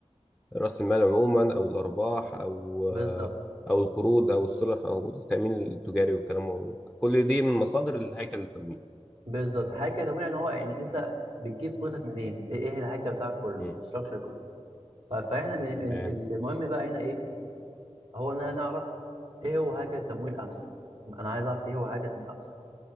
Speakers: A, in the centre; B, on the right.
A: راس المال عموما او الارباح او
B: بالظبط
A: آه، او القروض او السلف او التامين التجاري والكلام كل دي من مصادر الهيكل التمويل
B: بالظبط هيكل طبيعي ان هو يعني انت بتجيب فلوسك منين؟ ايه إيه الهيكل بتاعك كله؟
A: مم.
B: الستراكشر كله طيب فاحنا من ال-
A: تمام
B: المهم بقى هنا ايه؟ هو اننا نعرف ايه هو هيكل التمويل امثل انا عايز اعرف ايه هو هيكل التمويل امثل